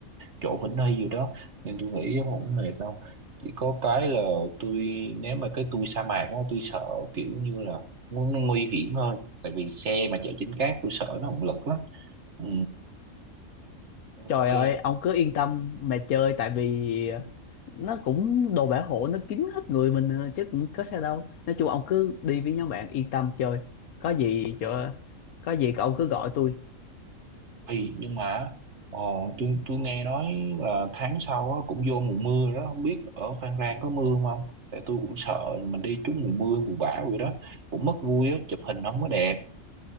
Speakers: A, on the right (about 55°); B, on the left (about 85°).
A: chỗ Vĩnh Hy rồi đó nên tôi nghĩ cũng không mệt đâu chỉ có cái là tôi nếu mà cái tôi sa mạc á tôi sợ kiểu như là ngu- nguy hiểm hơn tại vì xe mà chạy trên cát tôi sợ nó không lực lắm ừ, ok
B: trời ơi ông cứ yên tâm mà chơi tại vì nó cũng đồ bảo hộ nó kín hết người mình à, chứ cũng có sao đâu nói chung ông cứ đi với nhóm bạn yên tâm chơi có gì cho có gì cậu cứ gọi tôi
A: Thì nhưng mà ờ, tôi tôi nghe nói là tháng sau á, cũng vô mùa mưa rồi đó không biết ở Phan Rang có mưa không tại tôi cũng sợ mình đi trúng mùa mưa mùa bão rồi đó cũng mất vui á chụp hình không có đẹp